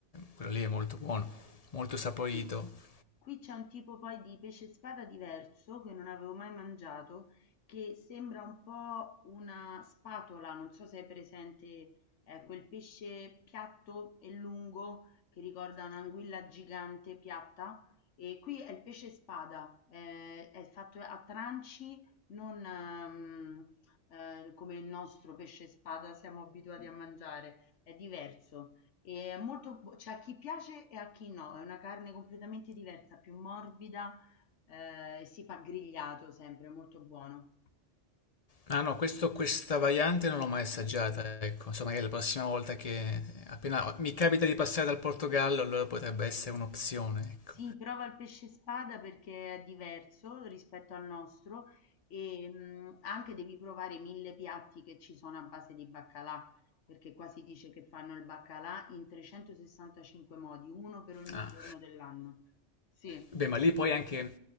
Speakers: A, on the left; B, on the left.
A: quello lì è molto buono, molto saporito.
B: Sì. Qui c'è un tipo poi di pesce spada diverso, che non avevo mai mangiato, che sembra un po' una spatola, non so se hai presente, è quel pesce piatto e lungo che ricorda un'anguilla gigante piatta. E qui è il pesce spada, eh, è fatto a tranci, non ehm, eh, come il nostro pesce spada siamo abituati a mangiare, è diverso. E è molto, bu- c'è a chi piace e a chi no, è una carne completamente diversa, più morbida, eh, e si fa grigliato sempre, è molto buono.
A: Ah no, questo- questa variante non l'ho mai assaggiata, ecco, insomma magari la prossima volta che appena mi capita di passare dal Portogallo, allora potrebbe essere un'opzione, ecco.
B: Sì, prova il pesce spada perché è diverso rispetto al nostro e mh, anche devi provare i mille piatti che ci sono a base di baccalà, perché qua si dice che fanno il baccalà in 365 modi, uno per ogni
A: Ah.
B: giorno dell'anno. Sì.
A: Beh, ma lì poi anche